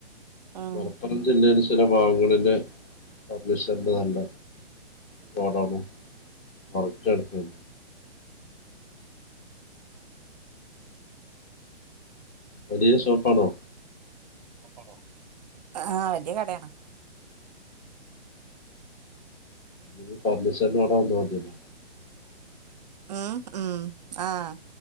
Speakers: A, on the right; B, on the left.
A: ഉം
B: മലപ്പുറം ജില്ലയ്ല് ചില വാവുകളിലെ ഫർണിഷർന് വേണ്ട തൊടർന്നു <unintelligible> വലിയ ഷോപ്പാണോ
A: ആണോ അ ആ വലിയ കടയാണ്
B: ഇനി ഫർണിഷർന് അവടെ വന്നാമതിയല്ലോ.
A: ഉം ഉം ആഹ്